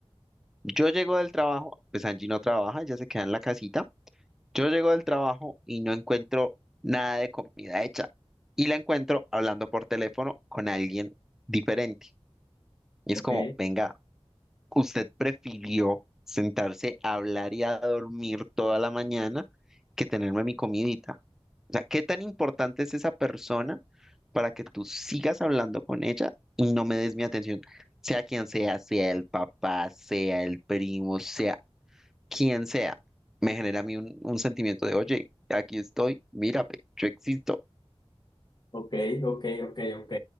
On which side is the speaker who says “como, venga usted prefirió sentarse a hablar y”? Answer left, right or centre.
Centre